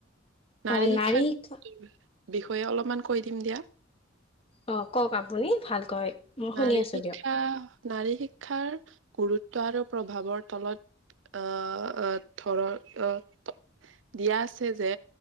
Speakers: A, on the right; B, on the left.
A: নাৰী
B: অ
A: শিক্ষাৰ।
B: শিক্ষা
A: বিষয়ে অলপমান কৈ দিম দিয়া।
B: অ কওক আপুনি ভালকৈ। মই শুনি
A: নাৰী
B: আছো
A: শিক্ষা,
B: দিয়ক
A: নাৰী শিক্ষাৰ গুৰুত্ব আৰু প্ৰভাৱৰ তলত অহ অ ধৰ অহ ত দিয়া আছে যে